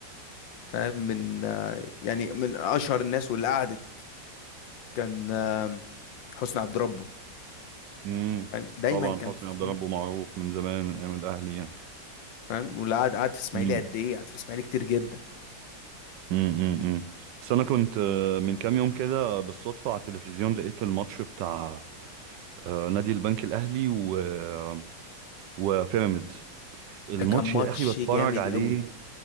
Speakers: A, on the left; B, on the right.
A: فاهم من آه، يعني من اشهر الناس واللي قعدت كان آه، حسني عبد ربه
B: امم
A: فاهم دايما
B: طبعا
A: كان
B: حسني
A: فيه
B: عبد ربه معروف من زمان من ايام الاهلي يعني
A: فاهم واللي قعد قعد في الاسماعيلي
B: امم
A: قد ايه قعد في الاسماعيلي كتير جدا
B: امم امم بس انا كنت آه، من كام يوم كده بالصدفه على التلفزيون لقيت الماتش بتاع آه، نادي البنك الاهلي و آه، وبيراميدز الماتش
A: ده كان ماتش
B: يا اخي بتفرج
A: جامد
B: عليه
A: قوي